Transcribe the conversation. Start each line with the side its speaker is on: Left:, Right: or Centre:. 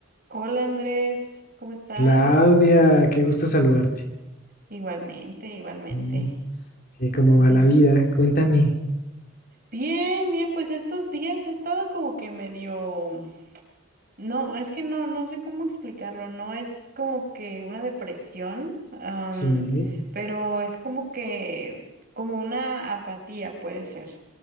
Right: Hola Andrés, ¿cómo estás?
Left: Claudia, qué gusto saludarte.
Right: Igualmente, igualmente.
Left: Mm, ¿qué- ¿Cómo
Right: <laughs>
Left: va la vida? Cuéntame.
Right: Bien, bien, pues estos días he estado como que medio, no, es que no, no sé cómo explicarlo, no es como que una depresión, am,
Left: Sí.
Right: pero es como que, como una apatía puede ser,